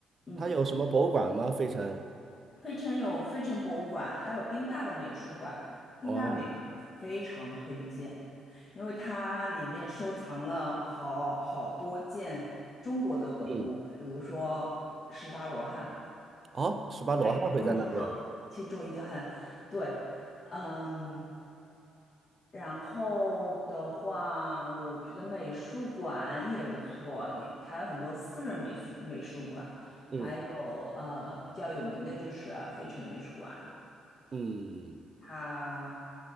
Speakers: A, on the left; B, on the right.
A: 嗯。
B: 他有什么博物馆吗？费城？
A: 费城有费城博物馆，还有宾大的美术馆。宾大的美术馆非常推荐，
B: 哦，
A: 因为它里面收藏了好好多件中国的文物，
B: 嗯，
A: 比如说十八罗汉，
B: 哦，十八罗汉会在那边。
A: 对，其中一个，其中一个汉，对，嗯，然后的话，我觉得美术馆也不错，也它有很多私人美术美术馆，还有
B: 嗯
A: 呃比较有名的就是费城的美术馆。
B: 嗯，
A: 他